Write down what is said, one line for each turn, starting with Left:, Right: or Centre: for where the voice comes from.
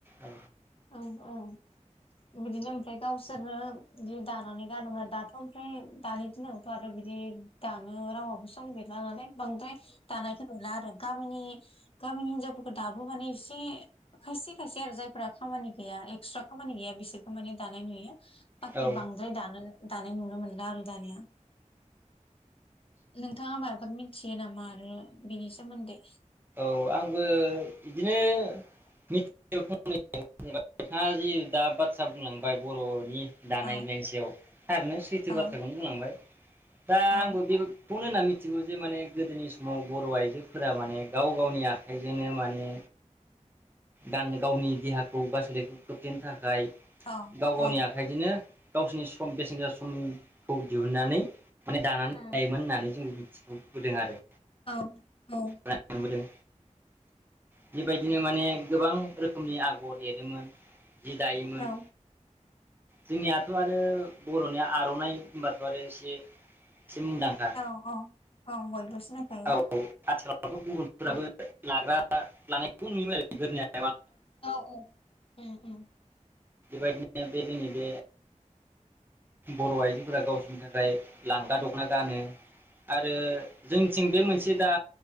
Right: औ
Left: औ औ बिदिनो ओमफ्राय गावसोरनो बिदि दानानै गानो आरो दाथ' ओमफ्राय दानि दिनावथ' आरो बिदि दानो रावाबो सम गैला नालाय। बांद्राय दानायखो नुला आरो गामिनि गामिनि हिनजावफोरखौ दाबो माने एसे खायसे खायसे आरो जायफ्रा खामानि गैया एक्सट्रा खामानि गैया बिसोरखौ मानानि दानाय नुयो बाखि
Right: औ
Left: बांद्राय दानो दानाय नुनो मोनला आरो दानिया नोंथाङा माबाफोर मिथियो नामा आरो बिनि सोमोन्दै
Right: औ आंबो बिदिनो मिथियो फंनैसो <unintelligible> जेनबा <unintelligible> नोंथाङा जि दा बाथ्रा बुंलांबाय बर'नि दानाय
Left: औ
Right: लुनायनि सायाव थारैनो सैथो
Left: औ
Right: बाथ्राखौनो बुंलांबाय दा आं
Left: औ
Right: बे <unintelligible> खौनो होनना मिथिगौ जे माने गोदोनि समाव बर' आइजोफोरा माने गाव गावनि आखाइजोंनो माने गानो गावनि देहाखौ एबा सोलोखौ खोबथेनो थाखाय
Left: औ
Right: गाव गावनि
Left: औ
Right: आखाइजोंनो गावसिनि सम बेसेन गोसा सम खौ दिहुनन्नानै माने दानानै
Left: उम
Right: लायोमोन होननानै जों बुं सिबुग <unintelligible> बोदों आरो।
Left: औ औ।
Right: मोनबोदों बेबायदिनो माने गोबां रोखोमनि आगर एरोमोन जि दायोमोन
Left: औ
Right: जोंनियाथ' आरो बर'नि आर'नाइ होनबाथ' आरो एसे एसे मुंदांखा
Left: औ औ औ बयबो सिनायखायो
Right: औ आथिखालथ' गुबुनफोराबो
Left: उम
Right: लाग्रा <unintelligible> लानायखौ नुयोमोन आरो बिफोरनिया <unintelligible>
Left: औ औ उम उम।
Right: बेबायदिनो बे जोंनि बे बर' आइजोफोरा गावसोरनि थाखाय लांगा दखना गानो आरो <unintelligible> जोंनिथिं बे मोनसे मोनसे दा